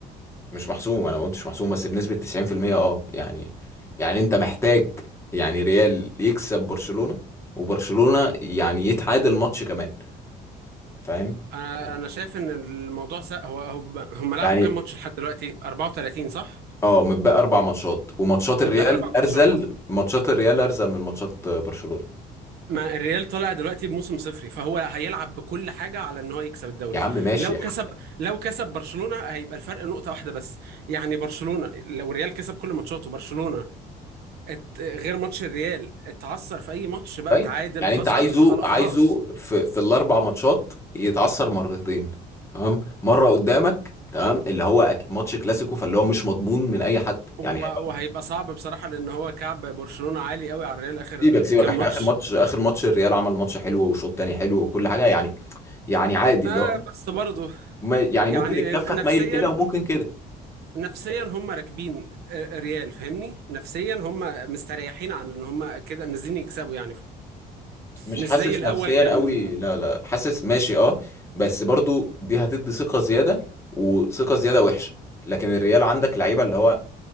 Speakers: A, on the left; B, on the right.
A: مش محسوم انا ما قلتش محسوم بس بنسبه 90% اه يعني يعني انت محتاج يعني ريال يكسب برشلونه وبرشلونه يعني يتعادل ماتش كمان فاهم
B: انا
A: يعني
B: انا شايف ان الموضوع س... هو هم هم لعبوا
A: يعني
B: كام ماتش لحد دلوقتي 34 صح
A: اه متبقى اربع ماتشات وماتشات
B: متبقى
A: الريال
B: اربع ماتشات
A: ارزل ماتشات الريال ارزل من ماتشات برشلونة
B: ما الريال طلع دلوقتي بموسم صفري فهو هيلعب بكل حاجة على ان هو يكسب الدوري
A: يا عم ماشي
B: لو
A: يا
B: كسب
A: حاج.
B: لو كسب برشلونة هيبقى الفرق نقطة واحدة بس يعني برشلونة لو الريال كسب كل ماتشاته برشلونة ات... غير ماتش الريال اتعثر في اي ماتش بقى
A: طيب
B: اتعادل
A: يعني
B: خسر
A: انت عايزه
B: خل-
A: عايزه
B: خلاص
A: في في الاربع ماتشات يتعثر مرتين تمام مره قدامك تمام اللي هو أك- ماتش كلاسيكو فاللي هو مش مضمون من اي حد يعني
B: هو
A: هيبقى
B: وهيبقى
A: <laughs>
B: صعب بصراحة لأن هو كعب برشلونة عالي قوي على الريال آخر
A: سيبك سيبك
B: كام
A: احنا
B: ماتش
A: اخر ماتش اخر ماتش الريال عمل ماتش حلو وشوط تاني حلو وكل حاجه يعني يعني عادي
B: آه
A: اللي هو
B: بس برضه
A: ما- يعني
B: يعني
A: ممكن الكفه
B: نفسيا
A: تميل كده وممكن كده
B: نفسيا هم راكبين ريال فاهمني نفسيا هم مستريحين عن ان هم كده نازلين يكسبوا يعني
A: مش
B: مش
A: حاسس
B: زي الاول
A: نفسيا
B: كان
A: قوي لا لا حاسس ماشي اه بس برضو دي هتدي ثقة زيادة وثقة زيادة وحشة لكن الريال عندك لعيبة اللي هو